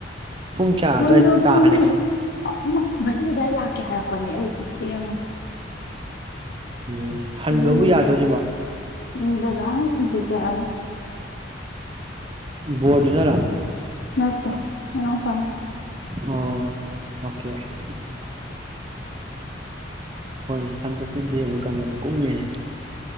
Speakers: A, on the right (about 30°); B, on the left (about 60°).
A: ꯄꯨꯡ ꯀꯌꯥ
B: ꯅꯣꯏꯗꯣ
A: ꯑꯗꯨꯋꯥꯏ
B: ꯄꯨꯡ
A: ꯇꯥꯔꯅꯤ
B: ꯑꯍꯨꯝ ꯃꯔꯤ ꯑꯗꯨꯋꯥꯏ ꯂꯥꯛꯀꯦ ꯍꯥꯏꯔꯛꯄꯅꯦ ꯑꯩꯁꯦ ꯊꯦꯡꯉꯅꯤ
A: ꯎꯝ ꯍꯟꯕꯕꯨ
B: ꯌꯦ ꯏ
A: ꯌꯥꯗꯣꯔꯤꯕꯣ
B: ꯏꯗ ꯆꯗꯤ ꯆꯕ
A: ꯕꯗꯅꯔ
B: ꯅꯠꯇꯦ ꯃꯅ ꯐꯅꯤ
A: ꯑꯣ ꯑꯣꯀꯦ ꯑꯣꯀꯦ ꯍꯣꯏ ꯍꯟꯗꯛꯇꯤ ꯗꯦꯕ ꯀꯟꯕꯁꯨ ꯀꯨꯝꯉꯦꯅꯦ